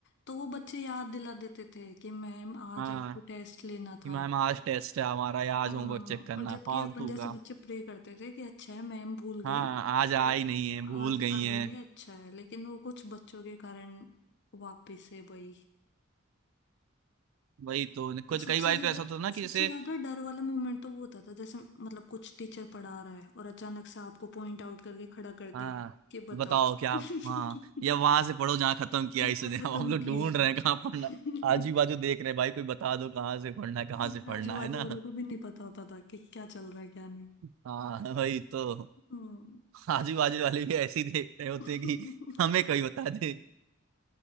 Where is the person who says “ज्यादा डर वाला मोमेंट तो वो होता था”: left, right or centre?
Left